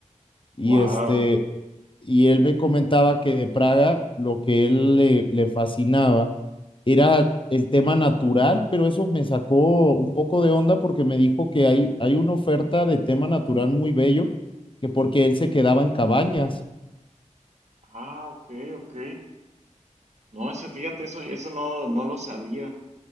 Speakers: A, on the left (about 40°); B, on the right (about 60°).
A: Y
B: Wow.
A: este, y él me comentaba que de Praga lo que él le, le fascinaba era el tema natural, pero eso me sacó un poco de onda porque me dijo que hay, hay una oferta de tema natural muy bello, que porque él se quedaba en cabañas.
B: Ah, ok, ok. No, eso, fíjate, eso, eso no, no lo sabía.